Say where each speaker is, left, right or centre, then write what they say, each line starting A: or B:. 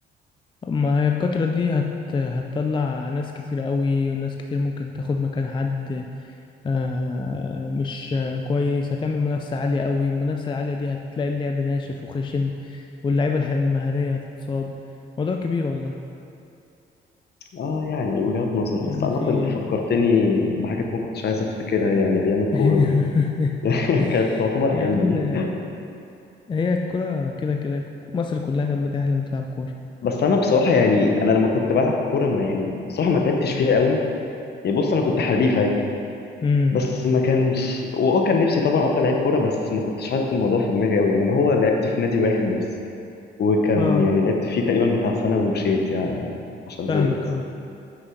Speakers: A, on the left; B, on the left.
A: ما هي الكترة دي هت... هتطلع ناس كتير قوي وناس كتير ممكن تاخد مكان حد آه، مش آه، كويس هتعمل منافسة عالية قوي المنافسة العالية دي هتلاقي اللعب ناشف وخشن واللعيبة الح- المهارية هتتصاب موضوع كبير والله
B: اه يعني وجهات نظر
A: يعني
B: بس عامه
A: في
B: انت فكرتني بحاجات ما كنتش عايز افتكرها يعني ايام الكوره
A: <laughs>
B: دي <laughs> كانت تعتبر
A: يا
B: حلمي
A: عم هي الكرة كده كده مصر كلها كانت بتحلم تلعب كورة
B: بس انا بصراحه يعني انا لما كنت بلعب كوره ما يعني بصراحه ما تعبتش فيها قوي يعني بص انا كنت حريف عادي
A: امم
B: بس ما كانش واه كان نفسي طبعا اطلع لعيب كوره بس ما كنتش حاطط الموضوع في دماغي قوي يعني انا هو لعبت في نادي واحد بس وكان
A: اه
B: يعني لعبت فيه تقريبا بتاع سنه ومشيت يعني عشان
A: فاهمك
B: زهقت
A: اه